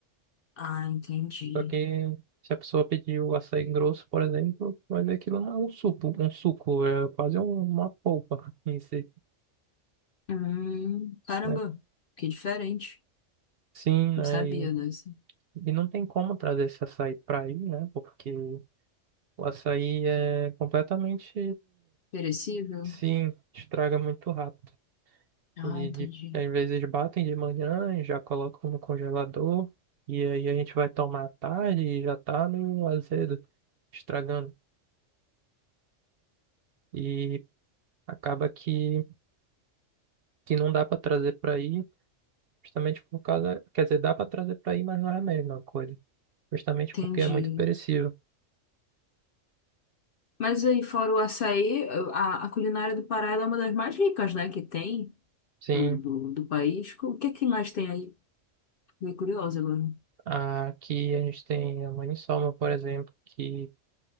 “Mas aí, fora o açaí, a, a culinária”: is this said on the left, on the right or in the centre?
Left